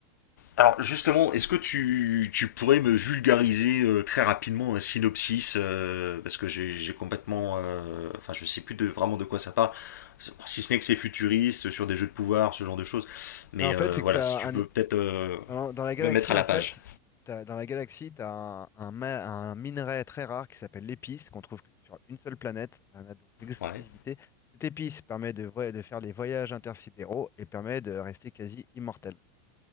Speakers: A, on the left (about 75°); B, on the left (about 30°).
A: Alors justement, est-ce que tu, tu pourrais me vulgariser euh, très rapidement un synopsis euh, parce que j'ai j'ai complètement, euh, enfin je sais plus de, vraiment de quoi ça parle, si ce n'est que c'est futuriste sur des jeux de pouvoir, ce genre de choses. Mais
B: Bah, en fait,
A: euh,
B: c'est
A: voilà,
B: que tu as
A: si tu
B: un,
A: peux peut-être euh,
B: Dans la, dans la galaxie,
A: me mettre à la
B: en fait,
A: page.
B: t'as- dans la galaxie, tu as un, un ma- un minerai très rare qui s'appelle l'épice, qu'on trouve que sur une seule planète. On a donc l'exclusivité.
A: Ouais,
B: Cette épice permet de, voy- de faire des voyages intersidéraux et permet de rester quasi immortel.